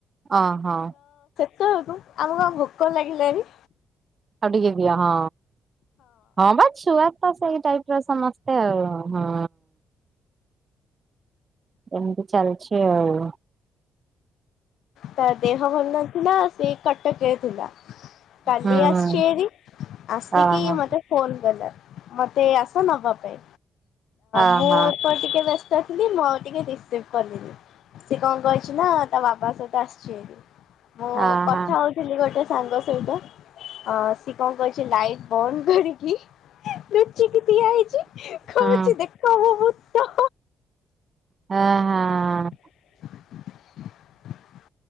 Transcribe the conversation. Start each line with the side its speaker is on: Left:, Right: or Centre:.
Right: ହ ହଁ।
Left: ୁ ଆମକୁ କଣ ଭୋକ ଲାଗିଲାଣି
Right: ଆଉ ଟିକେ ଦିଅ ହଁ। ହଁ ବା ଛୁଆ ତ ସେଇ ଟାଇପ ର ସମସ୍ତେ ଆଉ ହଁ। ଏନ୍ତ ଚାଲିଛି ଆଉ।
Left: ତା ଦେହ ଭଲ ନଥିଲା, ସେ କଟକରେ ଥିଲା। କାଲି
Right: ହୁଁ
Left: ଆସିଛି ଏରି, ଆସିକି
Right: ଅହ
Left: ମତେ ଫୋନ କଲା। ମତେ ଆସ ନବା ପାଇଁ,
Right: ଅହ
Left: ମୁଁ ଏପ ଟିକେ ବ୍ୟସ୍ତ ଥିଲି, ମୁଁ ଆଉ ଟିକେ ରିସିଭ୍ କଲିିନି, ସେ କଣ କ ନା ତା ବାବା ସହିତ ଆସିଛି, ଏଠି ମୁଁ
Right: ଅହ
Left: କଥା ହଉଥିଲି ଗୋଟେ ସାଙ୍ଗ ଅ ସି କଣ କଛି ଲାଇଟ୍ ବନ୍ଦ କରିକି ଲୁଚିକି ଠିଆ ହେଇଛି, କହୁଛି
Right: ହୁଁ
Left: ଦେଖ ମୁଁ ଭୁତ।
Right: ହଁ, ହଁ।
Left: <unintelligible>